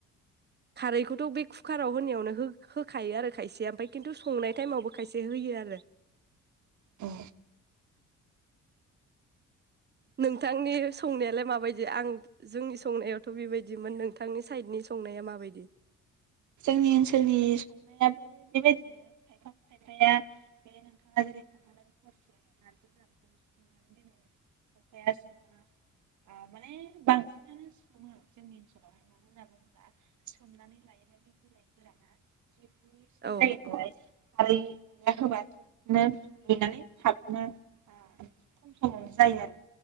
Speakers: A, on the right; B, on the right.
A: खारैखौथ' बे कुकाराव होनायावनो हो होखायो आरो खायसे ओमफ्राय खिन्थु संनाय टाइमावबो खायसे होयो आरो
B: औ
A: नोंथांनि संनायालाय माबायदि आं जोंनि संनायावथ' बेबायदिमोन नोंथांनि साइडनि संनाया माबायदि
B: जोंनि ओनसोलनि संनायाबो बेबायदिनो खायफा खायफाया बे नोंथाङा जेरै खोनथादों <unintelligible> नारजिगोरानखौ सोमनानै दोनो खायफाया सोमा माने बांसिनानो सोमो जोंनि ओनसोलावहाय मानो होनना बुङोब्ला सोमनानै लायो ओमफाय बे बिलाइ गोराना <unintelligible> गुरैसिन
A: औ
B: जायो नालाय खारैया होबा थबनो रूयनानै थाबनो खम समावनो जायो आरो